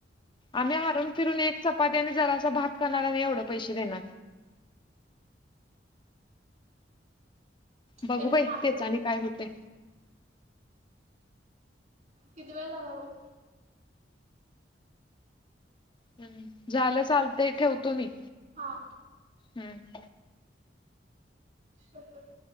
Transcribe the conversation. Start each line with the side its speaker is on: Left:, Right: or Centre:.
Left: आम्ही हारून फिरून एक चपातीने जराशा भात करणार आणि एवढं पैसे देणार. बघू
Right: त्यांचं
Left: बाय
Right: मात्र
Left: तेच आणि काय होतय.
Right: किती वेळ झाला ग.
Left: हम्म झालं चालत ठेवतो मी
Right: हा
Left: हम्म.
Right: शपथ